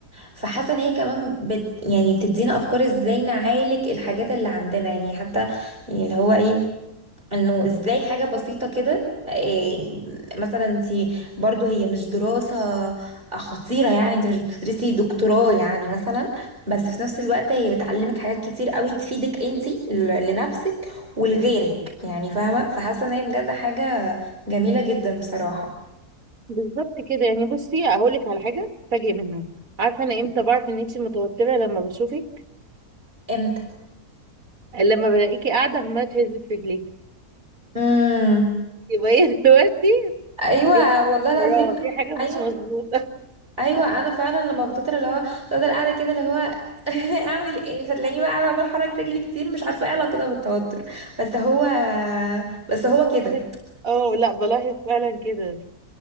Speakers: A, on the right; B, on the right.
A: فحاسه ان هي كمان بت يعني بتدينا افكار ازاي نعالج الحاجات اللي عندنا يعني حتى يعني اللي هو ايه انه ازاي حاجة بسيطة كده إيه، مثلا انت برضو هي مش دراسة خطيرة يعني انت مش بتدرسي دكتوراه يعني مثلا بس في نفس الوقت هي بتعلمك حاجات كتير قوي تفيدك انت ل- لنفسك ولغيرك يعني فاهمة فحاسة ان هي بجد حاجة جميلة جدا بصراحة
B: بالظبط كده يعني بصي هقولك على حاجة تفاجئ منها عارفة انا امتى بعرف ان انتي متوترة لما بشوفك
A: امتى
B: لما بلاقيكي قاعدة عمالة تهزي في رجليكي
A: امم
B: يبقى هي <laughs> دلوقتي
A: ايوه
B: في حاجة
A: والله العظيم
B: وراها في حاجة مش
A: ايوه
B: مظبوطة
A: ايوه انا فعلا لما بتطر اللي هو بفضل قاعده كده اللي هو <laughs> اعمل ايه فتلاقيني بقى قاعده عماله احرك رجلي كتير مش عارفه ايه علاقتها بالتوتر بس هو بس هو كده
B: <laughs> أنا اه لا بلاحظ فعلا كده